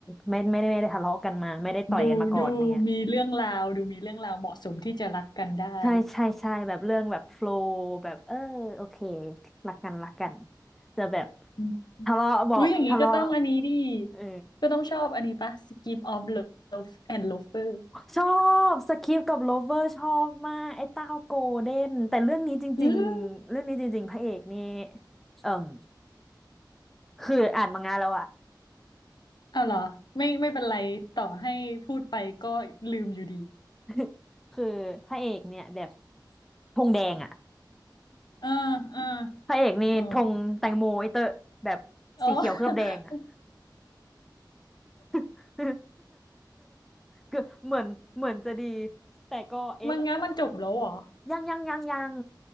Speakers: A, in the centre; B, on the left.
A: ไม่ไม่ได้ไม่ได้ทะเลาะกันมาไม่ได้ต่อยกันมาก่อนเนี่ย
B: ดูดูมีเรื่องราวดูมีเรื่องราวเหมาะสมที่จะรักกันได้
A: ใช่ใช่ใช่แบบเรื่องแบบโฟล w แบบเออโอเครักกันรักกันแต่แบบ
B: อืม
A: ทะเลาะบอกทะเลาะ
B: อุ้ยอย่างนี้ก็ต้องอันนี้ดิ
A: เออ
B: ก็ต้องชอบอันนี้ปะ Skip of Love and Lover
A: ชอบสคริปกับโลเวอร์ชอบมากไอ้เต้าโกลเด้นแต่เรื่องนี้จริงๆเรื่องนี้จริงๆพระเอกนี่
B: อืม
A: เอ่มคืออ่านมังงะแล้วอะ
B: เอาเหรอไม่ไม่เป็นไรต่อให้พูดไปก็ลืมอยู่ดี
A: <laughs> คือพระเอกเนี่ยแบบ ธงแดงอ่ะ
B: เออเออ
A: พระเอกนี่ธงแตงโมไอเตอร์แบบสีเขียวเคลือบแดงอ่ะ
B: เอออ๋อ <laughs>
A: <laughs> คือเหมือนเหมือนจะดีแต่ก็เอ๊ะ
B: มังงะมันจบแล้วเหรอ
A: ยังยังยังยัง